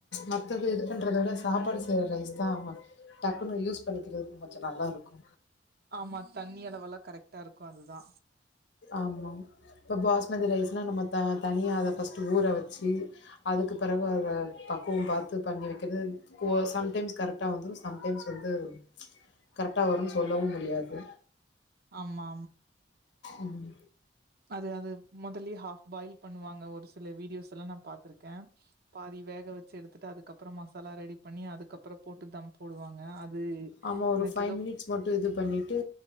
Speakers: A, on the left; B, on the right.
A: மத்தது இது பண்றத விட சாப்பாடு செய்யற ரைஸ் தா டக்குன்னு யூஸ் பண்ணிக்கிறது கொஞ்ச நல்லா இருக்கு
B: ஆமா தண்ணி அளவள கரெக்ட்டாருக்கு அதுதா
A: ஆமா இப்ப பாஸ் மதி ரைஸ்னா நம்ம த தனியாக அத பஸ்ட்டு ஊற வச்சி அதுக்குப் பிறவு அத பக்குவம் பாத்து பண்ணி வக்கிறது கோ சம்டைம்ஸ் கரெக்டா வந்துரு சம்டைம்ஸ் வந்து கரெக்டா வருன் சொல்லவு முடியாது
B: ஆமா,
A: ம்
B: அதுஅது மொதல்லியே ஹாப்பாயில் பண்ணுவாங்க ஒரு சில வீடியோஸ் எல்லா நா பாத்துருக்க பாதி வேக வச்சு எடுத்துட்டு அதுக்கப்பற மசாலா ரெடி பண்ணி அதுக்கப்பற போட்டு தம் போடுவாங்க அது
A: ஆமா ஒரு
B: எனக்கு
A: ஃபைவ்
B: ஏதோ
A: மினிட்ஸ் மட்டு இது பண்ணிட்டு